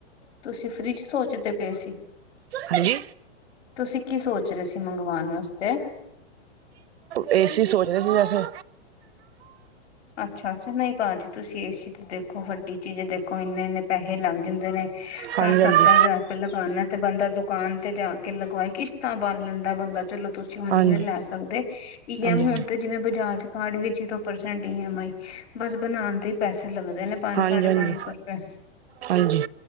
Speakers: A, on the left; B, on the right.
A: ਤੁਸੀਂ ਫਰਿਜ ਸੋਚਦੇ ਪੇ ਸੀ
B: ਹਾਂਜੀ
A: ਤੁਸੀਂ ਕੀ ਸੋਚ ਰਹੇ ਸੀ ਮੰਗਵਾਣ ਵਾਸਤੇ
B: ਏਸੀ ਸੋਚਦੇ ਸੀ ਵੈਸੇ
A: ਅੱਛਾ ਅੱਛਾ ਨਹੀਂ ਭਾਜੀ ਤੁਸੀਂ ਏਸੀ ਦੇਖੋ ਵੱਡੀ ਚੀਜ਼ ਦੇਖੋ ਇੰਨੇ ਇੰਨੇ ਪੈਹੇ ਲੱਗ ਜਾਂਦੇ ਨੇ ਸੱਠ
B: ਹਾਂਜੀ
A: ਸੱਤਰ
B: ਹਾਂਜੀ
A: ਹਜ਼ਾਰ ਰੁਪਏ ਲਗਾਨਾ ਤੇ ਬੰਦਾ ਦੁਕਾਨ ਤੇ ਜਾ ਕੇ ਲਗਵਾਏ ਕਿਸ਼ਤਾਂ ਬਨ ਲੈਂਦਾ ਬੰਦਾ ਚਲੋ ਤੁਸੀਂ ਹੁ
B: ਹਾਂਜੀ
A: ਜ ਲੈ
B: ਹਾਂਜੀ
A: ਸਕਦੇ ਈ ਐਮ
B: ਹਾਂਜੀ
A: ਹੁਣ ਤੇ ਜਿਵੇਂ ਬਜਾਜ ਕਾਰਡ ਵੀ zero percent E M I ਬਸ ਬਨਾਣ ਦੇ ਪੈਸੇ ਲੱਗਦੇ ਨੇ ਪੰਜ
B: ਹਾਂਜੀ
A: ਸਾਢੇ ਪੰਜ ਸੌ ਰੁਪਏ
B: ਹਾਂਜੀ,